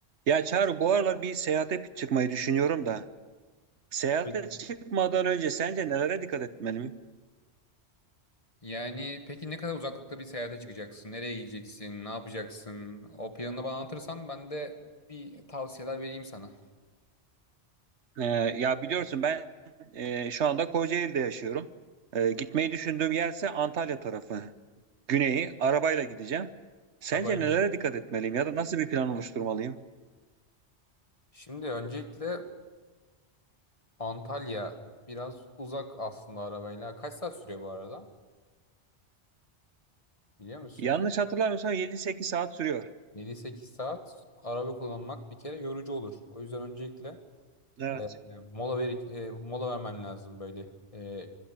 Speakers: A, on the right (about 85°); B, on the left (about 30°).
A: Ya Çağrı bu aralar bir seyahate çıkmayı düşünüyorum da. Seyahate
B: Evet.
A: çıkmadan önce sence nelere dikkat etmeliyim?
B: Yani peki ne kadar uzaklıkta bir seyahate çıkacaksın? Nereye gideceksin? Ne yapacaksın? O planını bana anlatırsan ben de bir tavsiyeler vereyim sana.
A: Ee, ya biliyorsun ben e, şu anda Kocaeli'de yaşıyorum. Ee, gitmeyi düşündüğüm yerse Antalya tarafı. Güneyi arabayla gideceğim. Sence
B: Arabayı.
A: nelere dikkat etmeliyim ya da nasıl bir plan oluşturmalıyım?
B: Şimdi öncelikle Antalya biraz uzak aslında arabayla. Kaç saat sürüyor bu arada? Biliyor musun?
A: Yanlış hatırlamıyorsam 7-8 saat sürüyor.
B: Yedi sekiz saat araba kullanmak bir kere yorucu olur. O yüzden öncelikle
A: Evet.
B: e, mola ver, e, mola vermen lazım böyle. E,